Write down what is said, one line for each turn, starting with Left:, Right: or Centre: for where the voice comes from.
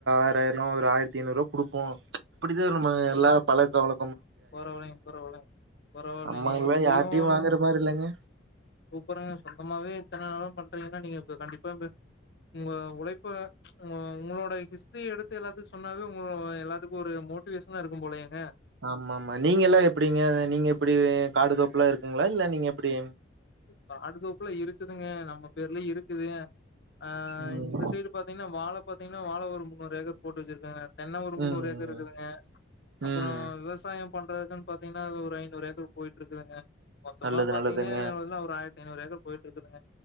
Right: ஆறாயி ஒரு ஆயிரத்தி ஐநூறு ரூவா குடுப்போ இப்படிதா நம்ம எல்லா பல கவல
Left: பரவாயில்லைங் பரவாயில்லைங்க பரவாயில்லைங்
Right: நம்மல்லா
Left: எப்படியு
Right: யார்ட்டயு
Left: ஒன்னு
Right: வாங்குற மாரி இல்லங்க.
Left: சூப்பருங்க சொந்தமாவே எத்தனனாலு பண்றீங்கன்னா நீங்க இப்ப கண்டிப்பா உங்க உழைப்ப ஆஹ் உங்களோட ஹிஸ்டரி எடுத்து எல்லாத்துக்கு சொன்னாவே உங்க எல்லாத்துக்கு ஒரு மோட்டிவேஷனா இருக்கு போலயேங்க
Right: ஆமா ஆமா நீங்க எல்லா எப்படிங்க நீங்க எப்படி காடு தோப்புல்லா இருக்குங்களா இல்ல நீங்க எப்படி
Left: காடு தோப்புல இருக்குதுங்க நம்ம பேர்லயு இருக்குது ஆ
Right: ம்.
Left: இந்த சைடு பாத்தீங்கன்னா வாழ பாத்தீங்கன்னா வாழ ஒரு முன்னூறு ஏக்கர் போட்டு வச்சிருக்கே தென்ன ஒரு
Right: ம்.
Left: முன்னூறு ஏக்கர் இருக்குதுங்க அப்பற
Right: ம்.
Left: விவசாயம் பண்றதுன்னு பாத்தீன்னா அது ஒரு ஐநூறு ஏக்கரு போயிட்ருக்குதுங்க மொத்தமா
Right: நல்லது
Left: பாத்தீங்கன்னா
Right: நல்லதுங்க.
Left: ஆயிரத்தி ஐநூறு ஏக்கர் போயிட்ருக்குதுங்க